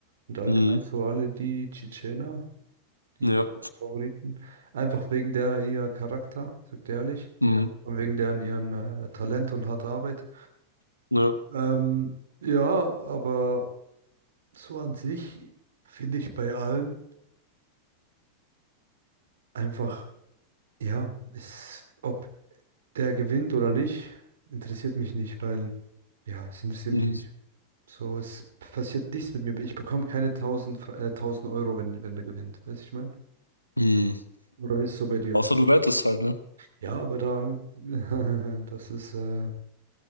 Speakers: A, on the right (about 60°); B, on the left (about 85°).
A: und allgemein
B: Mhm.
A: so alle die Tschetschener, die
B: Ja.
A: waren meine Favoriten. Einfach wegen der ihr Charakter, sag dir ehrlich.
B: Mhm.
A: Und wegen deren ihren äh, Talent und harter Arbeit.
B: Ja.
A: Ähm, ja, aber so an sich finde ich bei allen einfach, ja, ist, ob der gewinnt oder nicht, interessiert mich nicht, weil, ja, es interessiert
B: Mhm.
A: mich nicht. So, es passiert nichts mit mir. Ich bekomme keine tausend Fr- äh, 1000 Euro, wenn, wenn der gewinnt. Weißt du, ich meine?
B: Mhm.
A: Oder wie ist es so bei dir?
B: Außer du wettest halt, ne?
A: Ja, aber da, <laughs> das ist, äh,